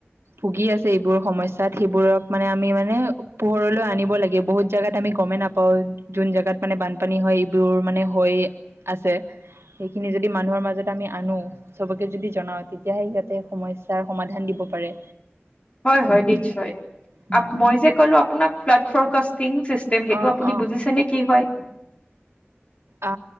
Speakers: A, on the right; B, on the left.
A: ভুগি আছে এইবোৰ সমস্যাত সেইবোৰক মানে আমি মানে পোহৰলৈ আনিব লাগে বহুত জেগাত আমি গমেই নাপাওঁ যোন জোগাত মানে বানপানী হয় এইবোৰ মানে হৈ আছে সেইখিনি যদি মানুহৰ মাজত আমি আনো চবকে যদি জনাও তেতিয়াহে সিহঁতে সমস্যাৰ সমাধান দিব পাৰে
B: হয় হয় নিশ্চয়
A: উম,
B: মই যে কলো আপোনক ফ্লাড ফৰকাষ্টি্ং ছিচ সেইটো
A: অ',
B: আপুনি
A: অ',
B: বুজিছে নে কি হয়
A: অ